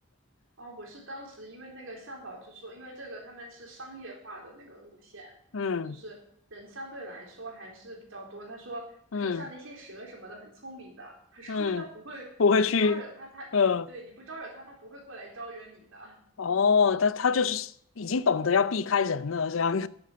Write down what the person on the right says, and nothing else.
哦，我是当时因为那个向导就说，因为这个他们是商业化的那个路线，
就是人相对来说还是比较多。他说，
他说像那些蛇什么的很聪明的，他说他不会，
你不招惹他，他对你不招惹他，
他不会过来招惹你的。